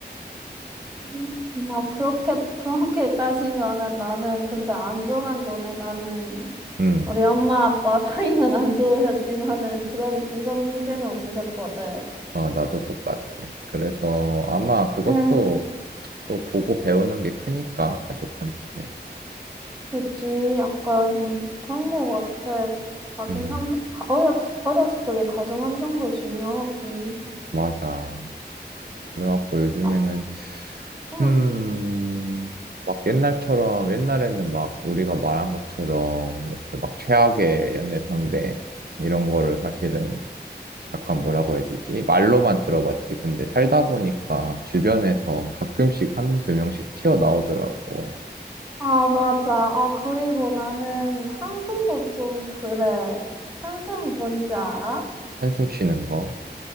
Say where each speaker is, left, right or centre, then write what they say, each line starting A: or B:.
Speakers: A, in the centre; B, on the right.
A: 음. 막 그렇게, 그렇게 따지면은 나는 근데 안전한 거네, 나는.
B: 음,
A: 우리 엄마 아빠 <laughs> 사이는 안 좋으셨지만은 그런 이성 문제는 없으셨거든.
B: 어, 나도 똑같아. 그래서 아마 그것도
A: 응,
B: 또 보고 배우는 게 크니까, 가족한테.
A: 그치. 약간 그런 거 같아. 가정
B: 음,
A: 환경, 가- 어렸, 어렸을 적에 가정 환경도 중요하고.
B: 맞아. 그래갖고 요즘에는,
A: 아, 응.
B: 음, 막 옛날처럼, 옛날에는 막 우리가 말한 것처럼 이렇게 막 최악의 연애 상대, 이런 거를 사실은 약간 뭐라고 해야 되지? 말로만 들어봤지. 근데 살다 보니까 주변에서 가끔씩 한 두 명씩 튀어나오더라고.
A: 아, 맞아. 아, 그리고 나는 한숨도 좀 그래. 한숨 뭔지 알아?
B: 한숨 쉬는 거.